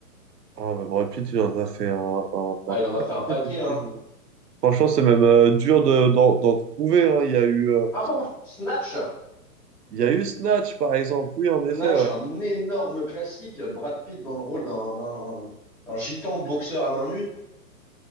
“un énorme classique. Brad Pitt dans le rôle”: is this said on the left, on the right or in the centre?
Centre